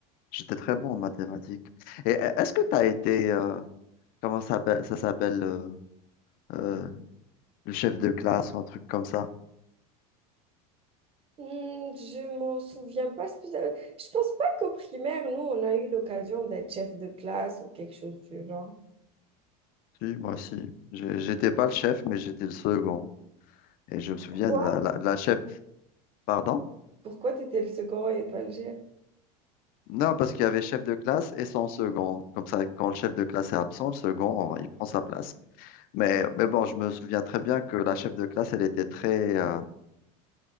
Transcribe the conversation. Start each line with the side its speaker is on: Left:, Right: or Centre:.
Left: J'étais très bon en mathématiques. Et e- est-ce que tu as été, euh, comment ça s'appelle, ça s'appelle euh, euh, le chef de classe ou un truc comme ça?
Right: Hmm, je m'en souviens pas spécialement. Je pense pas qu'au primaire, nous, on a eu l'occasion d'être chef de classe ou quelque chose du genre.
Left: Si, moi aussi. J'étais pas le chef, mais j'étais le second. Et je me souviens
Right: Pourquoi?
Left: de la, la, la chef, pardon?
Right: Pourquoi t'étais le second et pas le chef?
Left: Non, parce qu'il y avait chef de classe et son second. Comme ça, quand le chef de classe est absent, le second, il prend sa place. Mais, mais bon, je me souviens très bien que la chef de classe, elle était très, euh,